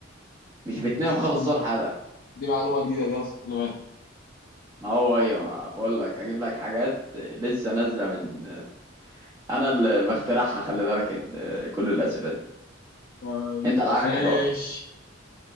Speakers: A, on the right; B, on the left.
A: مش
B: السين.
A: بتنام خالص صور حدا
B: دي معلومة جديدة دي اصلا خلي بالك
A: ما هو ايه ما بقول لك هجيب لك حاجات لسه نازله من انا اللي مخترعها خلي بالك ال- كل الاسئله دي
B: طيب
A: انت اللي عليك
B: ماشي
A: الدور